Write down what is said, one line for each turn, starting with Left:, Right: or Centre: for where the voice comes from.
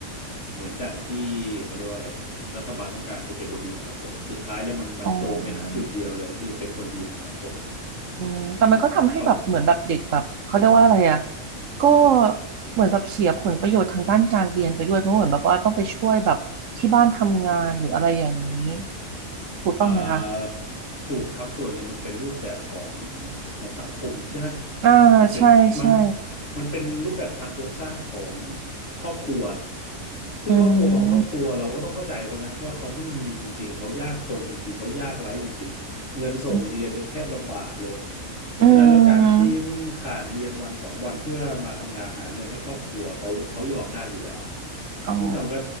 Left: เหมือนดั่งที่เขาเรียกว่าอะไรรัฐบาลต้องการคือเป็นคนดีของสังคมสุดท้ายแล้วมันมันโจงไปหาจุดเดียวเลยคือเป็นคนดีของสังคม
Right: อ๋ออืมแต่มันก็ทำให้แบบเหมือนแบบเด็กแบบเขาเรียกว่าอะไรอ่ะ
Left: อืมเขา
Right: ก็เหมือนแบบเสียผลประโยชน์ทางด้านการเรียนไปด้วยเพราะเหมือนแบบว่าต้องไปช่วยแบบที่บ้านทำงานหรืออะไรอย่างนี้ถูกต้องไหมคะ
Left: อ่าถูกครับส่วนหนึ่งมันเป็นรูปแบบของของสังคมใช่ไหม
Right: อ่าใช่ใช่
Left: มันเป็นมันมันเป็นรูปแบบทางโครงสร้างของครอบครัวซึ่งครอบครัวบางครอบครัวเราก็ต้องเข้าใจเขานะว่าเขาไม่มีจริงๆเขายากจนจริงๆเขายากไร้จริงๆเงินส่งเรียนยังแทบลำบากเลย
Right: อืมอืม
Left: เพราะฉะนั้นแล้วการที่
Right: อืม
Left: ขาดเรียนวันสองวันเพื่อมาทำงานหาเงินให้ครอบครัวเขาเขายอมได้อยู่แล้ว
Right: อ๋อ
Left: ซึ่งสำก็